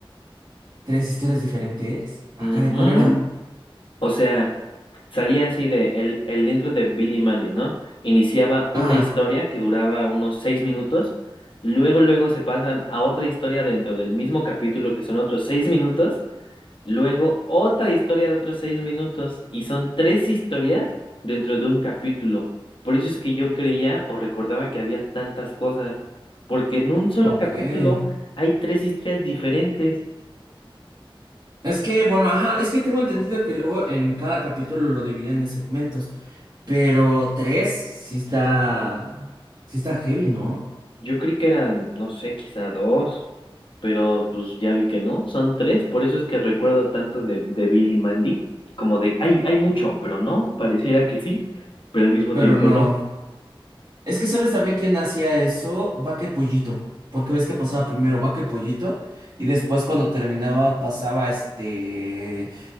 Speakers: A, on the right; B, on the left.
A: ¿Tres historias diferentes? Acá
B: Ujú.
A: de cólera.
B: O sea, salía así de el, el intro de Billy Mandy, ¿no? Iniciaba una
A: Ajá,
B: historia que duraba unos seis minutos, luego, luego se pasan a otra historia dentro del mismo capítulo que son otros seis minutos, luego otra historia de otros seis minutos, y son tres historias dentro de un capítulo. Por eso es que yo creía o recordaba que había tantas cosas, porque en un solo
A: ok.
B: capítulo hay tres historias diferentes.
A: Es que, bueno, ajá, es que tengo entendido que luego en cada capítulo lo dividían en segmentos, pero tres sí está, sí está heavy, ¿no?
B: Yo creí que eran, no sé, quizá dos, pero pues ya vi que no, son tres, por eso es que recuerdo tanto de, de Billy y Mandy, como de, hay, hay mucho, pero no, pareciera que sí, pero al mismo
A: Pero
B: tiempo
A: no.
B: no.
A: Es que sabes también quién hacía eso, Vaca y Pollito, porque ves que pasaba primero Vaca y Pollito y después cuando terminaba pasaba este...